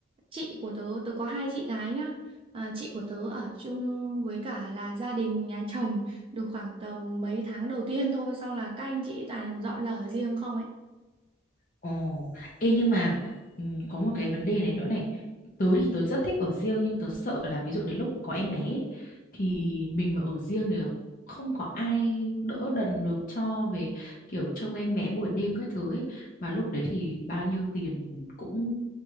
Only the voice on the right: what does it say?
chị của tớ tớ có hai chị gái nhá à, chị của tớ ở chung với cả là gia đình nhà chồng được khoảng tầm mấy tháng đầu tiên thôi xong là các anh chị toàn dọn ra ở riêng không ấy